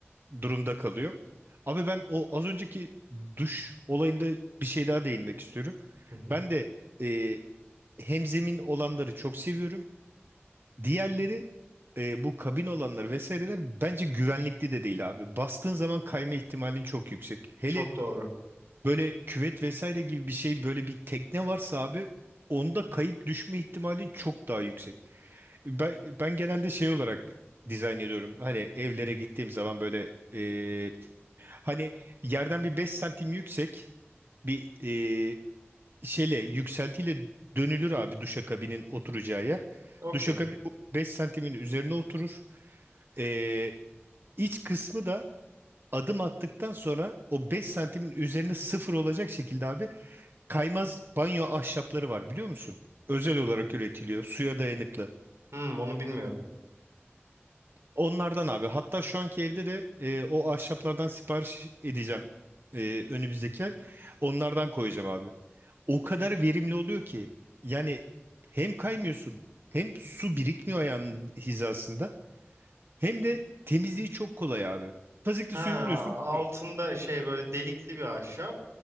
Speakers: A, on the right; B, on the right.
A: durumda kalıyor. Abi ben o az önceki duş olayında bir şey daha değinmek istiyorum.
B: Hı hı.
A: Ben de e, hemzemin olanları çok seviyorum. Diğerleri e, bu kabin olanlar vesaireler bence güvenlikli de değil abi. Bastığın zaman kayma ihtimalin çok yüksek. Hele
B: Çok doğru.
A: böyle küvet vesaire gibi bir şey böyle bir tekne varsa abi onda kayıp düşme ihtimalin çok daha yüksek. Ben, ben genelde şey olarak dizayn ediyorum. Hani evlere gittiğim zaman böyle e, Hani yerden bir 5 santim yüksek bir e, şeyle yükseltiyle dönülür abi duşakabinin oturacağı yer.
B: Okey.
A: Duşakabin bu 5 santimin üzerine oturur. E, iç kısmı da adım attıktan sonra o 5 santimin üzerine sıfır olacak şekilde abi kaymaz banyo ahşapları var biliyor musun? Özel olarak üretiliyor suya dayanıklı.
B: Hmm, onu bilmiyordum.
A: Onlardan abi hatta şu anki evde de e, o ahşaplardan sipariş edeceğim e, önümüzdeki ay. Onlardan koyacağım abi. o kadar verimli oluyor ki yani hem kaymıyorsun hem su birikmiyor ayağının hizasında hem de temizliği çok kolay abi. Tazikli
B: Ha,
A: suyu vuruyorsun
B: altında
A: gidiyor.
B: şey böyle delikli bir ahşap.